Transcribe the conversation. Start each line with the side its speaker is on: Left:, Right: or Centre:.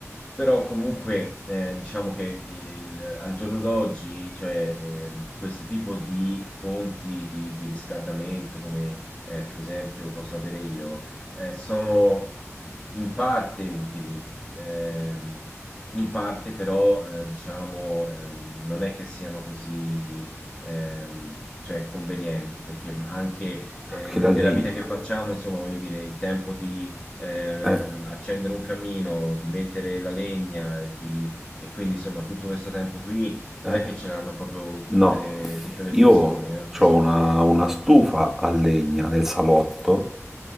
Left: però comunque eh, diciamo che il- al giorno d'oggi, cioè, eh, questo tipo di fonti di, di riscaldamento, come eh, per esempio posso avere io, eh, sono in parte utili, ehm, in parte però eh, diciamo ehm, non è che siano così ehm, cioè, convenienti, perché anche
Centre: anche
Left: eh, ne-
Centre: la
Left: nella
Centre: legna.
Left: vita che facciamo, insomma, voglio dire, il tempo di ehm,
Centre: Eh,
Left: accendere un camino, di mettere la legna, e di- e quindi insomma tutto questo tempo qui
Centre: eh,
Left: non è che ce l'hanno proprio
Centre: No,
Left: tutte, tutte le
Centre: io
Left: persone
Centre: ho
Left: eh, disponibili.
Centre: una, una stufa a legna nel salotto,